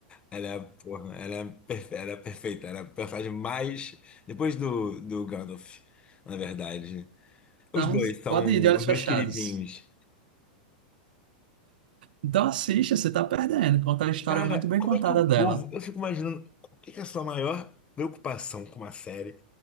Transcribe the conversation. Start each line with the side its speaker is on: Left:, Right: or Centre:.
Left: ela é, a- porra, ela é, perfe- ela é perfeita, ela é a personagem mais depois do, do Gandalf, na verdade.
Right: Então
Left: Os dois são
Right: pode ir de olhos
Left: os
Right: fechados.
Left: meus queridinhos.
Right: Então assista, você tá perdendo. Conta a história
Left: Cara,
Right: muito bem
Left: como
Right: contada
Left: é que o povo,
Right: dela.
Left: eu fico imaginando, o que que é a sua maior preocupação com uma série?